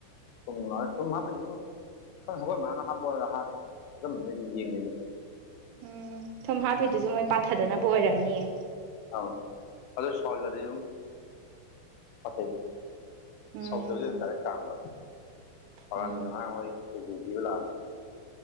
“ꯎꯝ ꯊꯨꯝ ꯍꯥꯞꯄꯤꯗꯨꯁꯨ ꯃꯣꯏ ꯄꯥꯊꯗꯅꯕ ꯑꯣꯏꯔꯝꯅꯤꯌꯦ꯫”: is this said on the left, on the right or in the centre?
Right